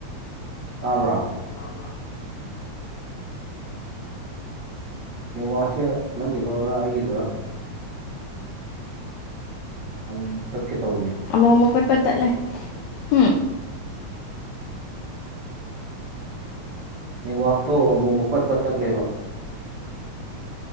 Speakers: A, on the right; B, on the left.
A: ꯇꯥꯄ
B: ꯇꯕ
A: ꯅꯦꯠꯋꯥꯛꯁꯦ ꯅꯪꯒꯤꯗꯨꯔꯥ ꯑꯩꯒꯤꯗꯨꯔꯥ ꯑꯗꯨ ꯇꯠꯀꯦ ꯇꯧꯅꯦ
B: ꯑꯃꯃꯛꯃꯨꯀꯠ ꯄ ꯇꯦ ꯎꯝ
A: ꯅꯋꯥꯛꯊꯣ ꯑꯃꯨꯛꯄꯠꯄ ꯇꯠꯂꯦꯕ